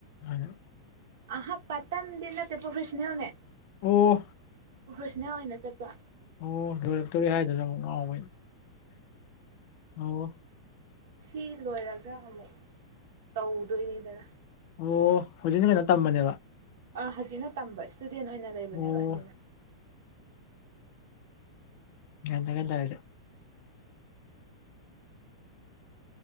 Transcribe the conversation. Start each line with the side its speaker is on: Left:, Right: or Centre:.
Left: ꯑꯗꯨꯅ
Right: ꯑꯍ ꯄꯇꯝꯗꯤ ꯅꯠꯇꯦ ꯄ꯭ꯔꯣꯐꯦꯁꯅꯦꯜꯅꯦ
Left: ꯑꯣ
Right: ꯄ꯭ꯔꯣꯐꯔꯁꯅꯦꯜ ꯑꯣꯏꯅ ꯆꯠꯄ
Left: ꯑꯣ ꯂꯣꯏꯔꯛꯇꯔꯤ ꯍꯥꯏꯗꯨꯁꯨ ꯑꯃꯨꯛ ꯉꯥꯎꯕꯩ ꯑꯣ
Right: ꯁꯤ ꯂꯣꯏꯔꯒ ꯑꯃꯨꯛ ꯇꯧꯗꯣꯏꯅꯤꯗꯅ
Left: ꯑꯣ ꯍꯧꯖꯤꯛꯅ ꯀꯩꯅꯣ ꯇꯝꯕꯅꯦꯕ
Right: ꯑꯥ ꯍꯧꯖꯤꯛꯅ ꯇꯝꯕ ꯏꯁꯇꯨꯗꯦꯟ ꯑꯣꯏꯅ ꯂꯩꯕꯅꯦꯕ
Left: ꯑꯣ
Right: ꯍꯧꯖꯤꯛꯅ
Left: ꯗꯒꯗꯦ